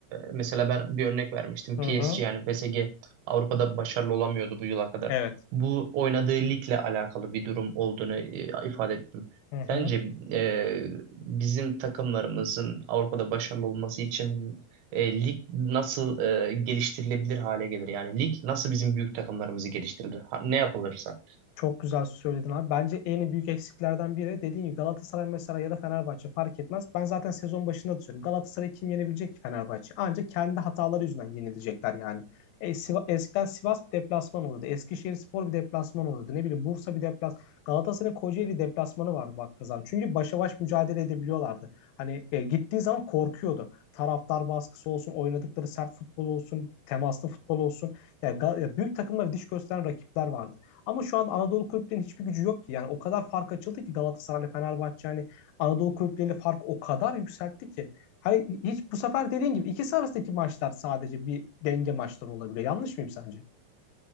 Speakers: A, on the right; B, on the left.
A: mesela ben bir örnek vermiştim
B: Hı
A: PSG
B: hı.
A: yani PSG Avrupa'da başarılı olamıyordu bu yıla kadar.
B: Evet.
A: Bu oynadığı ligle alakalı bir durum olduğunu e, ifade ettim.
B: Hı
A: Sence
B: hı.
A: e, bizim takımlarımızın Avrupa'da başarılı olması için e, lig nasıl e, geliştirilebilir hale gelir? Yani lig nasıl bizim büyük takımlarımızı geliştirilir? Ha- Ne yapılırsa.
B: Çok güzel söyledin abi. Bence en büyük eksiklerden biri dediğin gibi Galatasaray mesela ya da Fenerbahçe fark etmez. Ben zaten sezon başında da söylüyorum. Galatasaray kim yenebilecek ki Fenerbahçe? Ancak kendi hataları yüzünden yenilecekler yani. E, Siva, eskiden Sivas bir deplasman oluyordu. Eskişehirspor bir deplasman oluyordu. Ne bileyim Bursa bir deplas. Galatasaray'ın Kocaeli deplasmanı vardı baktığın zaman. Çünkü başa baş mücadele edebiliyorlardı. Hani e, gittiği zaman korkuyordu. Taraftar baskısı olsun, oynadıkları sert futbol olsun, temaslı futbol olsun. Yani Ga- ya büyük takımlara diş gösteren rakipler vardı. Ama şu an Anadolu kulüplerinin hiçbir gücü yok ki. Yani o kadar fark açıldı ki Galatasaray'la Fenerbahçe yani Anadolu kulüpleriyle fark o kadar yükseltti ki. Hani hiç bu sefer dediğin gibi ikisi arasındaki maçlar sadece bir denge maçları olabiliyor. Yanlış mıyım sence?